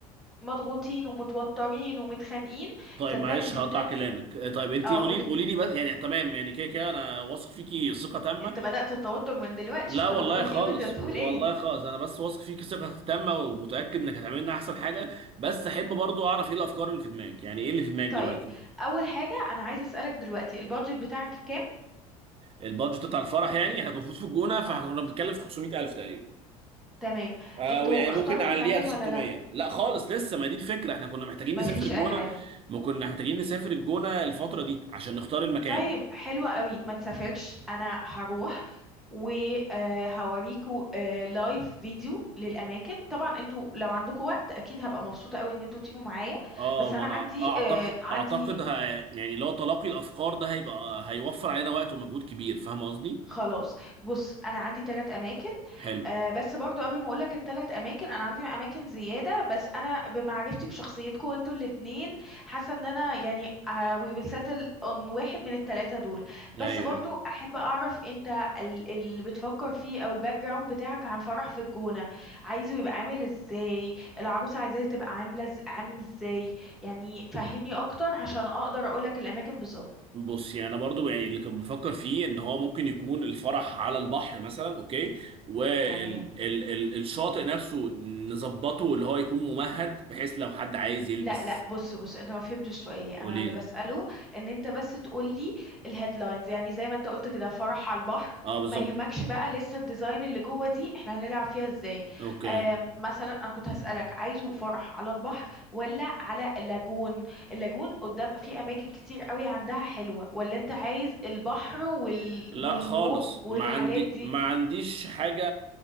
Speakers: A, in the centre; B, on the right.
A: مضغوطين ومتوترين ومتخانقين
B: طيب
A: صدقني
B: معلش
A: صدقني
B: هقطع كلامك آه، طيب انت
A: اه
B: قولي
A: قولي
B: قولي لي بس يعني تمام يعني كده كده انا واثق فيكي ثقة تامة
A: انت بدأت التوتر من دلوقتي
B: لا
A: شوف
B: والله
A: انا بقول
B: خالص
A: ايه وانت بتقول
B: والله
A: ايه
B: خالص انا بس واثق فيكي ثقة تامة ومتأكد انك هتعملي لنا احسن حاجة بس احب برضو اعرف ايه الافكار اللي في دماغك يعني ايه اللي في دماغك
A: طيب
B: دلوقتي
A: اول حاجة انا عايزة اسألك دلوقتي البادجت بتاعك كام
B: البادجت بتاع الفرح يعني احنا كنا المفروض في الجونة فاحنا
A: اه
B: كنا بنتكلم في 500000 تقريبا
A: تمام
B: آه
A: انتوا
B: يعني
A: اخترتوا
B: ممكن نعليها
A: المكان
B: ل
A: ولا
B: 600
A: لا
B: لا خالص لسه ما دي الفكره احنا كنا محتاجين
A: ما
B: نسافر
A: فيش
B: الجونه
A: اي حاجه
B: ما كنا محتاجين نسافر الجونه الفتره دي عشان نختار المكان
A: طيب حلوة قوي ما تسافرش انا هروح وهوريكوا لايف فيديو للاماكن طبعا انتوا لو عندكم وقت اكيد هبقى مبسوطه قوي ان انتوا تيجوا معايا
B: اه
A: بس
B: ما
A: انا
B: انا
A: عندي
B: اعتقد
A: آه، عندي
B: اعتقد ه... يعني لو تلاقي الافكار ده هيبقى هيوفر علينا وقت ومجهود كبير فاهم قصدي
A: خلاص بص انا عندي ثلاث اماكن
B: حلو
A: آه، بس برضو قبل ما اقولك التلات اماكن انا عندي اماكن زياده بس انا بمعرفتي بشخصيتكم انتوا الاتنين حاسه ان انا يعني آه، we will settle on واحد من التلاته دول بس
B: ايوه
A: برضو
B: ايوه
A: احب اعرف انت ال- اللي بتفكر فيه او الباك جراوند بتاعك عن فرح في الجونه عايزه يبقى عامل ازاي العروسه عايزاه تبقى عامله إز- عامل ازاي يعني فهمني اكتر عشان اقدر اقولك الاماكن بالظبط
B: بص يعني انا برضو يعني اللي كنت بفكر فيه ان هو ممكن يكون الفرح على البحر مثلا اوكي والشاطئ
A: تمام
B: نفسه نظبطه اللي هو يكون ممهد بحيث لو حد عايز يلبس
A: لا لا بص بص انت ما فهمتش سؤالي انا
B: قولي
A: اللي بسأله ان انت بس تقولي الهيدلاينز يعني زي ما انت قلت كده فرح على البحر
B: اه بالظبط
A: ما يهمكش بقى لسه الديزاين اللي جوه دي احنا هنلعب فيها ازاي
B: اوكي
A: آم، مثلا انا كنت هسألك عايزه فرح على البحر ولا على اللاجون اللاجون قدام في اماكن كتير قوي عندها حلوة ولا انت عايز البحر وال...
B: لا
A: والموج
B: خالص
A: والحاجات
B: ما عندي
A: دي
B: ما عنديش حاجة